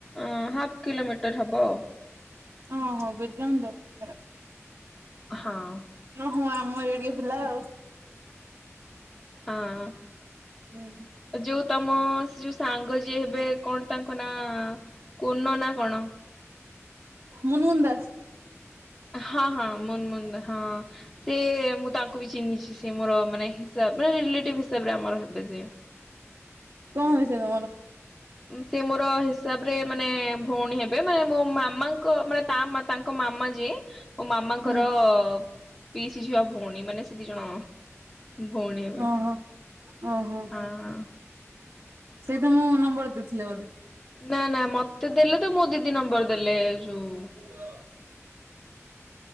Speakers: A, on the left; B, on the right.
A: ଅ ହାଫ କିଲୋମିଟର ହବ ଆଉ।
B: ଅ ହଁ ବିରଜା ମନ୍ଦିର ପାଖରେ।
A: ହଁ।
B: ନ ହଁ ଆମ ଏରିଆ ପିଲା ଆଉ। ହୁଁ
A: ହଁ।
B: ହୁଁ।
A: ଯୋଉ ତମ ସେ ଯୋଉ ସାଙ୍ଗ ହେବେ, କଣ ତାଙ୍କ ନା? କୁନ ନା କଣ?
B: ମୁନମୁନ ଦାସ।
A: ହଁ ହଁ ମୁନମୁନ ହଁ ସେ ତାଙ୍କୁ ବି ଚିହ୍ନିଛି ସେ ମୋର ମାନେ ହିସାବରେ, ରିଲେଟିଭ ହିସାବରେ ଆମର ହେବେଯେ
B: କଣ ହେବେ ସେ ତମର?
A: ସେ ମୋର ହିସାବ ରେ ମାନେ ଭଉଣୀ ହେବେ ହେବେ ମାନେ ମୋ ମାମା ଙ୍କ ମାନେ ତା ମା ତାଙ୍କ ମାମା ଯିଏ ମୋ ମାମାଙ୍କର
B: ହୁଁ
A: ପିଇସି ଝିଅ ଭଉଣୀ ମାନେ ସେ ଦି ଜଣ ଭଉଣୀ ହେବେ।
B: ଓହୋ। ଓହୋ
A: ହଁ।
B: ସେ ତମ ନମ୍ବର ଦେଇଥିଲେ ବୋଧେ।
A: ନା ନା ମତେ ଦେଲେ ତ ମୋ ଦିଦି ନମ୍ବର ଦେଲେ ଯୋଉ
B: <unintelligible>